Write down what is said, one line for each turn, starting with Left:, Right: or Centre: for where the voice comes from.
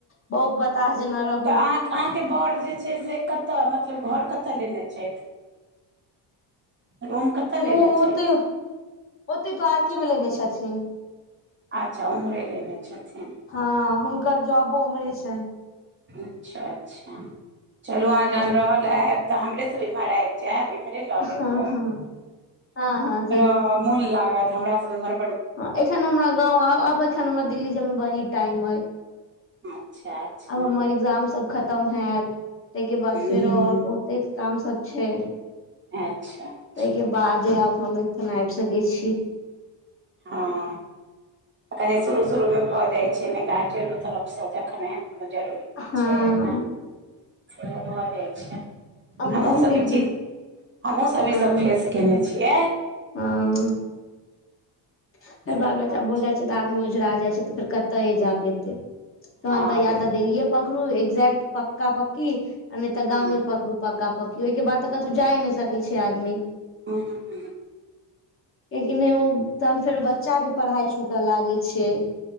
Left: बहु ब ताज नऽ रो
Right: तऽ अहाँक -अहाँके बड़ जे छैय से कतऽ मतलब घर कतऽ लेने छैथ। <unintelligible>
Left: ओ
Right: छथि
Left: ओते -ओते द्वारकेमे लेने छथिन।
Right: अच्छा उम्हरे लैने छथिन।
Left: हाँ हुनकर जॉबो उम्हरे छन।
Right: अच्छा-अच्छा चलू अहाँ
Left: हँ
Right: जहन रहल आयब तऽ हमरेसँ इम्हर आयब। जायब इमहरे लऽ
Left: हँ
Right: लेब रूम,
Left: हँ हँ हँ
Right: हाँ मन लागत हमरा सब इमहर
Left: हाँ एखन हमरा गाँव आ आब एखन हमरा दिल्ली जायमे बड़ी टाइम अए।
Right: अच्छा अच्छा
Left: आब हमर एग्जाम सब खतम हायत तेयके
Right: ह
Left: बाद फेरो और बहुत एतेक काम सब छैय।
Right: अच्छा। अच्छा
Left: तेय के बादे आब हम एखन आइब सकै छी।
Right: हाँ। अरे शुरू -शुरूमे भऽ जाइ छैय ने गार्जियनो तरफसँ देखनाय एहन कोनो जरूरी
Left: हँ
Right: छैय ना सेहो भऽ जाइ छैय।
Left: आब
Right: हमहूँसब
Left: गाँवमे एखन
Right: ई चीज हमहूँसब
Left: हँ
Right: ईसब फेस केयने छियै।
Left: हँ फेर
Right: से
Left: बाल-
Right: बात
Left: बच्चा भऽ
Right: छै
Left: जाइ छैय तऽ आदमी ओझरा जाइ छैय तऽ फेर कतेय जा पेते। तहन
Right: हँ
Left: तऽ या
Right: बिलकुल
Left: तऽ देल्लीए पकरू एक्ज्ट पक पक्का- पक्की ने तऽ
Right: ह
Left: गांव मे पकड़ू पका -पक्की ओहिके बाद तऽ कथू जाइ ने सकै छैय आदमी।
Right: उहुं।
Left: ए की नै उ तहन फेरो बच्चा के पढ़ाय छूटा लागे छैय।